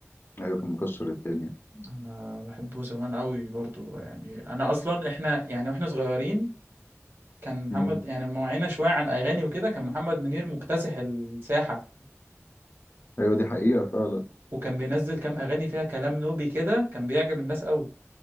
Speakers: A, on the left; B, on the right.
A: ايوه كان مكسر الدنيا
B: انا بحبه زمان قوي برضو يعني انا اصلا احنا يعني واحنا صغيرين كان محمد
A: امم
B: يعني لما وعينا شوية على الأغاني وكده كان محمد منير مكتسح الساحة
A: ايوه دي حقيقه فعلا
B: وكان بينزل كام أغاني فيها كلام نوبي كده كان بيعجب الناس قوي